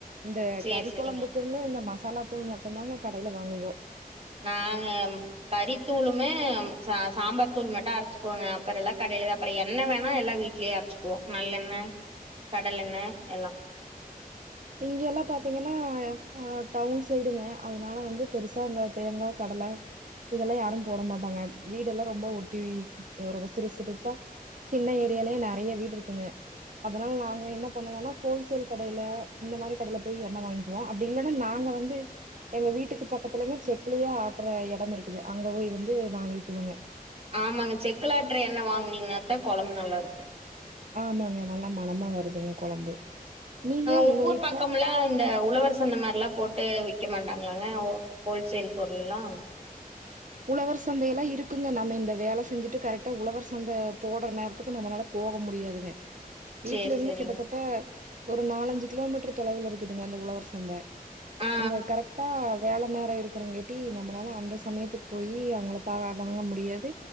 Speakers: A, on the right; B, on the right.
A: இந்த
B: சேரி
A: கறி
B: சேரிங்க
A: கொழம்புக்கும்மு இந்த மசாலா தூள் மட் மட்டுந்தாங்க கடைல வாங்குவோ
B: நாங்க கறித்தூளுமே சா சாம்பார் தூள் மட்டு அரைச்சுக்குவோங்க அப்பற எல்லாம் கடைல தா அப்பற எண்ண வேணா எல்லா வீட்லயே அரச்சுக்குவோ நல்லெண்ண கடலெண்ண எல்லா
A: இங்க எல்லா பாத்திங்கன்னா ஆஹ் டவுன் சைடுங்க அதனால வந்து பெருசா இந்த தேங்கா கடல இதெல்லா யாரு போட மாட்டாங்க வீடெல்லா ரொம்ப ஒட்டி ரொம்ப சிறுசிறுசா சின்ன ஏரியாலயே நெறய வீடு இருக்குங்க அதனால நாங்க என்ன பண்ணுவோனா ஹோல்சேல் கடைல இந்த மாறி கடைல போய் எண்ண வாய்ங்க்கிவோ அப்டி இல்லன்னா நாங்க வந்து எங்க வீட்டுக்கு பக்கத்துலைங்க செக்லயே ஆட்ற எடம் இருக்குது அங்க போய் வந்து வாங்கிக்குவங்க
B: ஆமாங்க செக்குலாட்டுற எண்ண வாங்குனீங்கன்னாத்தா கொழம்பு நல்லாருக்கு
A: ஆமாங்க நல்லா மனமா வருதுங்க கொழம்பு நீங்க
B: உங்கூர்
A: உங்க வீட்ல
B: பக்கம்லா இந்த உழவர் சந்த மாறிலா போட்டு விக் விக்க மாட்டாங்ளாங்க ஓ ஹோல்சேல் பொருள்ல்லா
A: உழவர் சந்தையெல்லா இருக்குங்க நம்ம இந்த வேல செஞ்சுட்டு கரெக்டா உழவர் சந்த போடுற நேரத்துக்கு நம்மளால போக முடியாதுங்க வீட்ல
B: சேரி
A: இருந்து
B: சேரிங்க
A: கிட்டதட்ட ஒரு நாலஞ்சு கிலோமீட்டர் தொலைவுல இருக்குதுங்க அந்த உழவர் சந்தை
B: ஆ
A: இந்த கரெக்டா வேல நேரொ இருக்கிறங்கே டி நம்மளால அந்த சமயத்துக் போயி அவங்கள பா அ வாங்க முடியாது